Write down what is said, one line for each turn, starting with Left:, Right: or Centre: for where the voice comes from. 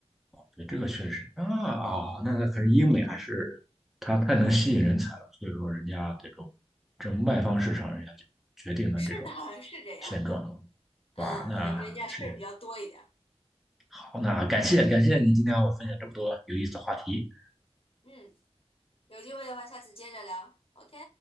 Centre: 对，这个确实啊啊，那那可是英美还是它太能吸引人才了，所以说人家这种这种卖方市场，人家就决定了这种
Left: 是的，是这样的。
Centre: 现状。
Left: 嗯，
Centre: 哇，那是
Left: 呃人家事儿比较多一点儿。
Centre: 好，那感谢感谢你今天和我分享这么多有意思的话题。
Left: 嗯，有机会的话，下次接着聊。OK。